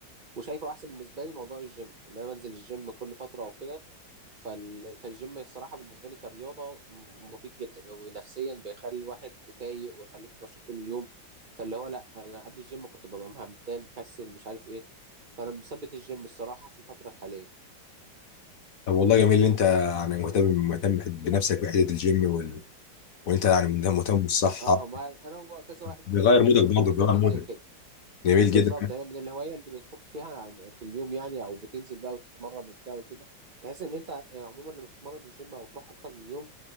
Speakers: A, on the right; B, on the left.
A: وشايفه احسن بالنسبه لي موضوع الجيم ان انا بنزل الجيم كل فتره او كده فال... فالجيم الصراحه بالنسبه لي كرياضه مفيد جدا ونفسيا بيخلي الواحد فايق ويخليك نشيط طول اليوم فاللي هو لا انا قبل الجيم كنت ببقى مهمتان مكسل مش عارف ايه فانا مثبت الجيم الصراحه في الفتره الحاليه
B: طب والله جميل ان انت يعني مهتم مهتم بنفسك بحته الجيم وال... وانت يعني مهتم بالصحه
A: اه ما انا وكذا واحد من
B: بيغير
A: صحابي
B: مودك
A: كنا
B: برضه
A: بنتفق
B: بيغير
A: ننزل
B: مودك
A: كده
B: جميل
A: بالظبط
B: جدا
A: هي من الهواية اللي بتفك فيها عن في اليوم يعني او بتنزل بقى وتتمرن وبتاع وكده تحس ان انت آه، عموما لما بتتمرن الجيم او تروح اكتر من يوم